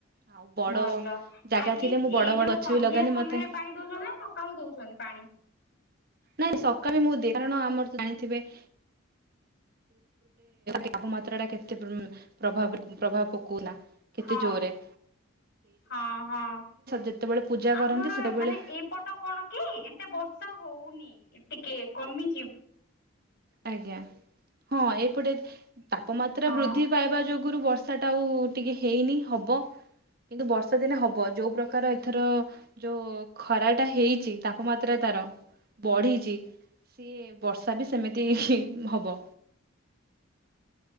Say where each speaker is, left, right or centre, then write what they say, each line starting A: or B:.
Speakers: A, on the right; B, on the left.
A: ଆଉ ବଡ଼
B: ଭଲ
A: ଜାଗା
B: ଖାଲି
A: ଥିଲେ ମୁଁ ବଡ଼
B: ଏଇ
A: ବଡ଼
B: ଯୋଉ
A: ଗଛ
B: ସନ୍ଧ୍ୟା
A: ବି ଲଗାନ୍ତି
B: ସମୟରେ
A: ମତେ
B: ପାଣି ଦଉଛନ୍ତି ନା ସକାଳୁ ଦଉଛନ୍ତି ପାଣି।
A: ନାଇଁ ସକାଳେ ମୁଁ ଦିଏ କାରଣ ଆମର ତ ଜାଣିଥିବେ ତାପମାତ୍ରା ଟା କେତେପ ପ୍ରଭାବ ପକୋଉଥିଲା। କେତେ
B: ହଁ।
A: ଜୋରେ।
B: ହଁ ହଁ
A: ଯେତେବେଳେ ପୂଜା
B: ଆମର
A: କରନ୍ତି ସେତେବେଳେ
B: ମାନେ ଏଇପଟ କଣ କି ଏତେ ବ ବର୍ଷା ହଉନି ଟିକେ କମିଯି
A: ଆଜ୍ଞା ହଁ ଏପଟେ ତାପମାତ୍ରା
B: ହଁ
A: ବୃଦ୍ଧି ପାଇବା ଯୋଗୁ ଆଗରୁ ବର୍ଷା ଟା ଆଉ ଟିକେ ହେଇନି ହବ। କିନ୍ତୁ ବର୍ଷା ଦିନେ ହବ ଯୋଉ ପ୍ରକାର ଏଥର ଯୋଉ ଖରାଟା ହେଇଛି ତାପମାତ୍ରା ତା ତାର ବଢିଛି ସିଏ ବର୍ଷା ବି ସେମି ତି ହବ